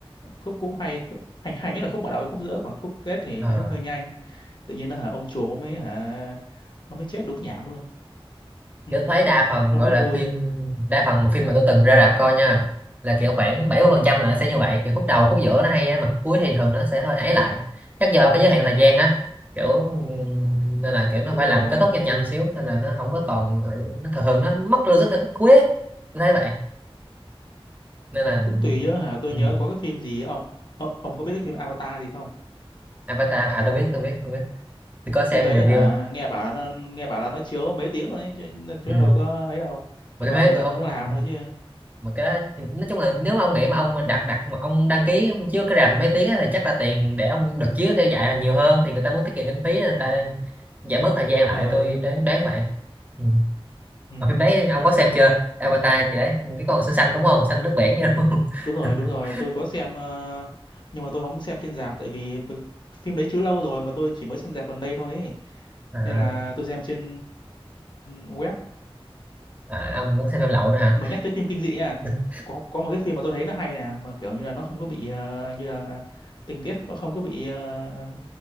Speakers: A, on the left; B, on the right.
A: khúc cũng hay hay hay nhất là khúc mở đầu với khúc giữa còn khúc kết thì
B: à.
A: nó hơi nhanh tự nhiên nó hả ông chùa ông mới hả ông mới chết đúng nhảm luôn ừ,
B: kiểu thấy đa phần
A: ông
B: gọi
A: có
B: là
A: vui
B: phim đa phần mà phim mà tôi từng ra rạp coi nha là kiểu khoảng bảy mươi
A: ừ,
B: phần trăm là nó sẽ như vậy kiểu khúc đầu khúc giữa nó hay á mà khúc cuối thì thường nó sẽ hơi ấy lại chắc do cái giới hạn thời gian á kiểu ừm, nên là kiểu nó
A: đúng
B: phải
A: rồi
B: làm kết thúc nhanh nhanh xíu nên là nó không có còn nó thường thường nó mất logic ở khúc cuối á tôi thấy vậy nên là
A: cũng tùy chứ hả tôi
B: ừ.
A: nhớ có cái phim gì ấy, ông Ô- ông có biết cái phim Avatar gì không
B: Avatar à tôi biết tôi biết tôi biết tôi có xem
A: phim đấy
B: review
A: hả nghe bảo là nó nghe bảo là nó chiếu mấy tiếng rồi ấy chứ, nên chứ
B: ừ.
A: nó đâu có ấy đâu
B: mà
A: chẳng
B: cái
A: qua
B: thế
A: người ta
B: tôi
A: không
B: không
A: muốn làm
B: ừ.
A: thôi chứ
B: mà cái đó thì nói chung là nếu mà ông nghĩ mà ông đặt đặt mà ông đăng ký chiếu cái rạp mấy tiếng á, thì chắc là tiền để ông được chiếu theo dạy là nhiều hơn thì người ta muốn tiết kiệm kinh phí nên người ta giảm bớt thời gian lại
A: ờ
B: tôi đoán đoán vậy ừ.
A: ừ,
B: mà phim đấy ông có xem chưa Avatar chị đấy cái con xinh xanh đúng không xanh nước biển vậy đúng không
A: đúng rồi
B: <laughs>
A: đúng rồi tôi có xem ờ, nhưng mà tôi không xem trên rạp tại vì b- phim đấy chiếu lâu rồi mà tôi chỉ mới xem rạp gần đây thôi ấy.
B: à,
A: nên là tôi xem trên web
B: à, ông cũng xem phim lậu nữa hả
A: mà nhắc tới phim kinh dị nha
B: <laughs>
A: có có một cái phim mà tôi thấy nó hay nè mà kiểu như là nó không có bị ờ, như là tình tiết kh- không có bị ờ,